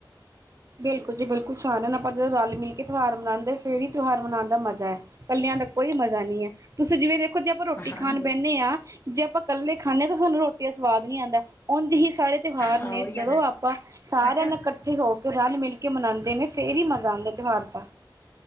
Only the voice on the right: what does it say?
ਬਿਲਕੁਲ ਜੀ ਬਿਲਕੁਲ ਸਾਰਿਆਂ ਨੂੰ ਆਪਾਂ ਜਦੋਂ ਰਲ ਮਿਲ ਕੇ ਤਿਉਹਾਰ ਮਨਾਉਦੇ, ਫੇਰ ਹੀ ਤਿਉਹਾਰ ਮਨਾਉਣ ਦਾ ਮਜ਼ਾ ਹੈ ਕੱਲਿਆਂ ਦਾ ਕੋਈ ਮਜ਼ਾ ਨਹੀਂ ਹੈ, ਤੁਸੀਂ ਜਿਵੇਂ ਦੇਖੋ ਜੇ ਆਪਾਂ ਰੋਟੀ
ਖਾਣ ਬਹਿੰਦੇ ਹਾਂ ਜੇ ਆਪਾਂ ਇਕੱਲੇ ਖਾਂਦੇ ਆਂ, ਤਾਂ ਸਾਨੂੰ ਰੋਟੀ ਦਾ ਸਵਾਦ ਨੀ ਆਉਂਦਾ, ਔਂਜ਼ ਹੀ ਸਾਰੇ ਤਿਉਹਾਰ
ਨੇ
ਜਦੋਂ
ਆਪਾਂ ਸਾਰਿਆਂ
ਨਾਲ ਇਕੱਠੇ ਹੋ ਕੇ ਰਲ ਮਿਲ ਕੇ ਮਨਾਉਂਦੇ ਨੇ ਫੇਰ ਹੀ ਮਜ਼ਾ ਆਉਂਦਾ ਤਿਉਹਾਰ ਦਾ